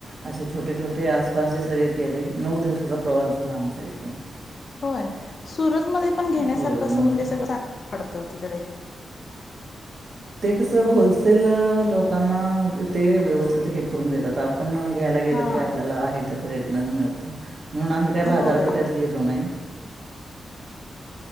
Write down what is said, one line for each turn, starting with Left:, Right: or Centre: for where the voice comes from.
Right: असे छोटे छोटे आसपांसचे सगळें केले नऊ दिवसांचा प्रवांस झालां आमचां एकथूंण
Left: होयं सुरतमध्यें पणं घेण्यांसारखं
Right: होय नऊ
Left: असं म्हणजे
Right: दिवस.
Left: सगळं तिकडे.
Right: ते कसं होलसेल लोकांनाजे ते व्यवस्थित हे करूंन देतातं आप आपणं घ्यांयला गेलो
Left: हा
Right: की आपल्यांला आहे त्यां रेटनचं मिळतो म्हणूंन आम्हीं कायं
Left: होय
Right: बाजारपेठेतं गेलो गेलो नाहीं.